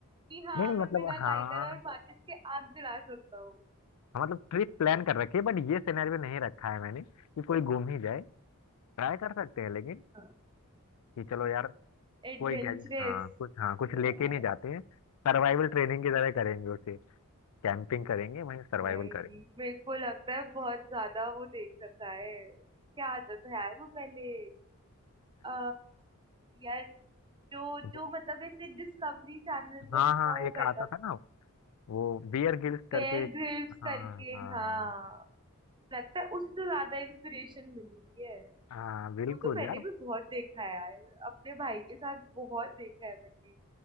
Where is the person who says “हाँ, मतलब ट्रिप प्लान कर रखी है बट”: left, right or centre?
Left